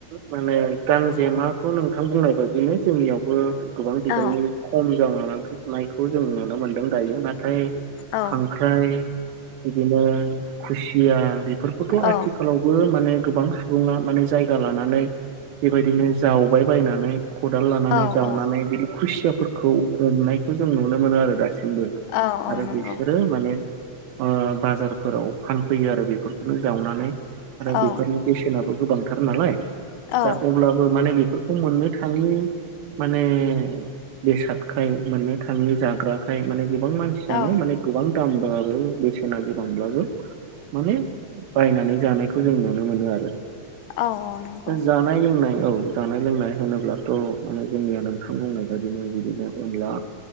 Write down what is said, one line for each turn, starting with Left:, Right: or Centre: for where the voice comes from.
Right: माने गांजेमाखौ नोंथां बुंनाय बायदिनो जोंनियावबो गोबां बिबांनि
Left: औ
Right: खम जालांनायखो नायखौ जों नुनो मोन्दों दायो। नाथाय
Left: औ
Right: खांख्र ख्राइ बिदिनो खुसिया बेफोरखौथ'
Left: औ
Right: आथि खालावबो माने गोबां सुबुङा माने जायगा लानानै बेबायदिनो जावबाय बायनानै खदाल लानानै
Left: औ
Right: जावनानै
Left: औ
Right: बिदि खुसियाफोरखौ हमनायखौ जों नुनो मोनो आरो दासिमबो।
Left: औ औ
Right: आरो
Left: नंगौ
Right: बिसोरो माने ओ बाजारफोराव फान फैयो आरो बेफोरखौनो जावनानै आरो
Left: औ
Right: बेफोरनि बेसेनाबो गोबांथार नालाय।
Left: औ
Right: दा अब्लाबो माने बेफोरखौ मोननो थाङि माने बेसादखाय मोननो थाङि जाग्राखाय माने गोबां मान सियानो
Left: औ
Right: माने गोबां दामब्लाबो, बेसेना गोबांब्लाबो माने बायनानै जानायखौ जों नुनो मोनो आरो।
Left: औ औ नंगौ।
Right: दा जानाय लोंनाय औ जानाय लोंनाय होनोब्लाथ' माने जोंनिया नोंथां बुंनाय बायदिनो बिदिनो अनला